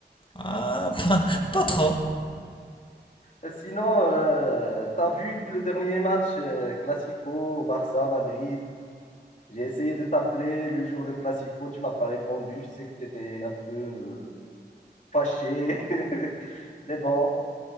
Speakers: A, on the left; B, on the left.
A: Ah, <laughs> pas, pas trop.
B: Et sinon, euh, t'as vu le dernier match euh, Classico, Barça, Madrid? J'ai essayé de t'appeler le jour de Classico, tu m'as pas répondu. Je sais que t'étais un peu euh, fâché, <laughs> mais bon.